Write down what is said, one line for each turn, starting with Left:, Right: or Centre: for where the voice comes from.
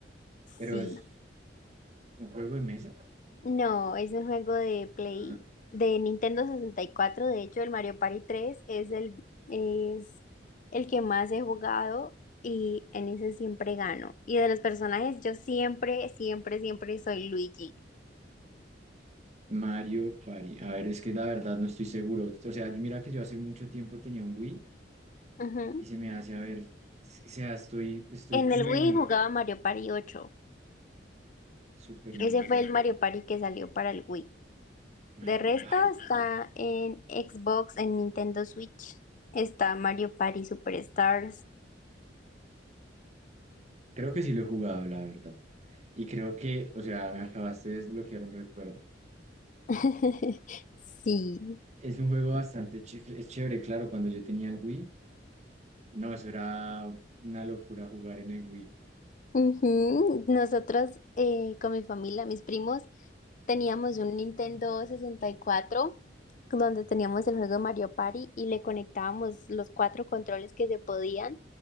Right: Pero
Left: Sí.
Right: es un juego de mesa.
Left: No, es un juego de Play,
Right: Ah,
Left: de Nintendo 64. De hecho, el Mario Party 3 es el, es el que más he jugado y en ese siempre gano. Y de los personajes, yo siempre, siempre, siempre soy Luigi.
Right: Mario Party. A ver, es que la verdad no estoy seguro. O sea, mira que yo hace mucho tiempo tenía un Wii
Left: Ujú.
Right: y se me hace, a ver, es que, o sea, estoy, estoy
Left: En
Right: como
Left: el Wii jugaba Mario Party 8.
Right: Super Mario,
Left: Ese fue el Mario Party que salió para el Wii.
Right: Mario
Left: De resto
Right: Party.
Left: está en Xbox, en Nintendo Switch. Está Mario Party Superstars.
Right: Creo que sí lo he jugado, la verdad. Y creo que, o sea, me acabaste de desbloquear un recuerdo.
Left: <laughs> Sí.
Right: Es un juego bastante ch- es chévere, claro, cuando yo tenía el Wii, no, eso era una locura jugar en el Wii
Left: Ujú. Nosotros eh, con mi familia, mis primos, teníamos un Nintendo sesenta y cuatro donde teníamos el juego de Mario Party y le conectábamos los cuatro controles que se podían